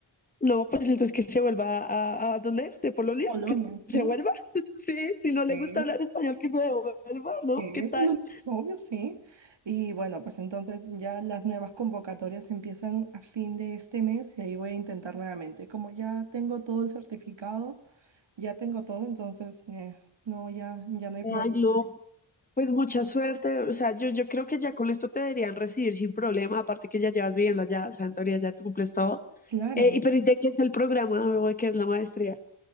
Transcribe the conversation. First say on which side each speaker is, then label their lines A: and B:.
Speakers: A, on the left (about 20°); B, on the right (about 65°).
A: No, pues entonces que se vuelva a, a ¿dónde es? ¿De Polonia?
B: Polonia,
A: Que
B: sí.
A: se vuelva. <laughs> Sí, si no le
B: Sí,
A: gusta hablar español, que se devuelva, ¿no?
B: sí,
A: ¿Qué
B: eso
A: tal?
B: es lo más obvio, sí. Y bueno, pues entonces ya las nuevas convocatorias empiezan a fin de este mes y ahí voy a intentar nuevamente. Como ya tengo todo el certificado, ya tengo todo, entonces eh, no, ya, ya no hay
A: Ay,
B: problema.
A: no, Pues mucha suerte, o sea, yo, yo creo que ya con esto te deberían recibir sin problema, aparte que ya llevas viviendo allá, o sea, en teoría ya tú cumples todo.
B: Claro.
A: Eh, y pero ¿y de qué es el programa o de qué es la maestría?